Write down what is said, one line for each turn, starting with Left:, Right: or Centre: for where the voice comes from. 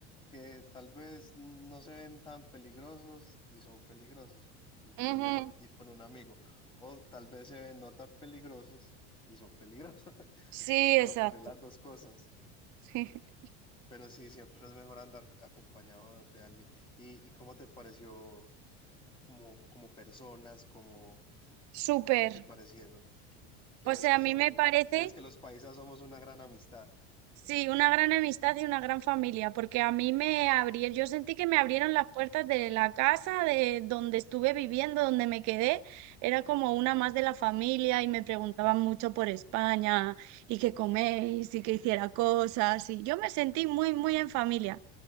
Left: que tal vez no se ven tan peligrosos y son peligrosos. Entonces
Right: Ujú,
Left: es mejor ir con un amigo. O tal vez se ven no tan peligrosos y son peligrosos. <laughs>
Right: Sí,
Left: Puede
Right: exacto.
Left: ocurrir las dos cosas.
Right: <laughs>
Left: Pero sí, siempre es mejor andar acompañado de alguien. ¿Y, y cómo te pareció como, como personas, como
Right: Súper.
Left: qué te parecieron? ¿Crees
Right: O sea,
Left: que
Right: a mí
Left: son,
Right: me parece
Left: crees que los paisas somos una gran amistad?
Right: Sí, una gran amistad y una gran familia, porque a mí me abrieron, yo sentí que me abrieron las puertas de la casa, de donde estuve viviendo, donde me quedé, era como una más de la familia y me preguntaban mucho por España y qué coméis y que hiciera cosas y yo me sentí muy, muy en familia,